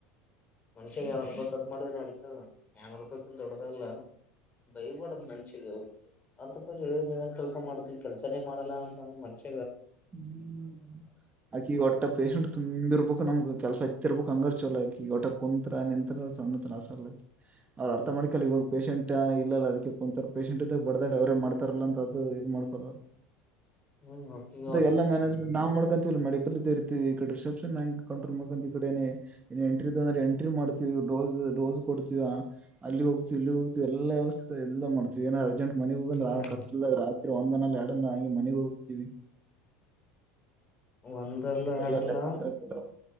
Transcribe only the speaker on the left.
ಮನ್ಷ್ಯಾಗ ಏ ರೂಪಾಯಿ ಮಾಡಿದ್ರ ಅಡ ಏನ ರೂಪಾಯ ದೊಡ್ಡದಲ್ಲಾ ಬೈ ಬಾರದು ಮನ್ಷ್ಯನ್ಗೆ ಅಂತ ಬರಿ ನೀವೇನ್ ಕೆಲಸ ಮಾಡ್ತಿರಿ ಕೆಲ್ಸನೇ ಮಾಡಲ್ಲ ಅಂದ ಮನುಷ
ಹ್ಮ್
ಹ್ಮ್ ಹಕಗ
ಹ್ಮ್
ಒಂದಲ್ಲ ಎರಡಲ್ಲ